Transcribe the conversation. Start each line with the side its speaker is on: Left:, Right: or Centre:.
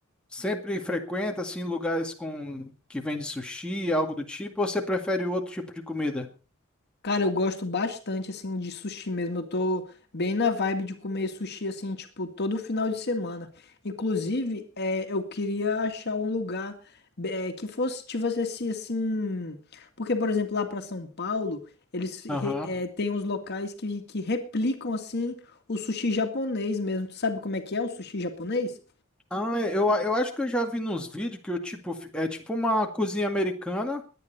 Centre: sempre frequenta assim lugares com que vende sushi, algo do tipo, ou você prefere outro tipo de comida?
Left: Cara, eu gosto bastante, assim, de sushi mesmo. Eu tô bem na vibe de comer sushi, assim, tipo, todo final de semana. Inclusive, é, eu queria achar um lugar é, que fosse, tivesse esse, assim... Porque, por exemplo, lá pra São Paulo, eles re-
Centre: Aham.
Left: é, têm uns locais que, que replicam, assim, o sushi japonês mesmo. Tu sabe como é que é o sushi japonês?
Centre: Ah, é, eu, eu acho que eu já vi nos vídeos que o tipo é tipo uma cozinha americana.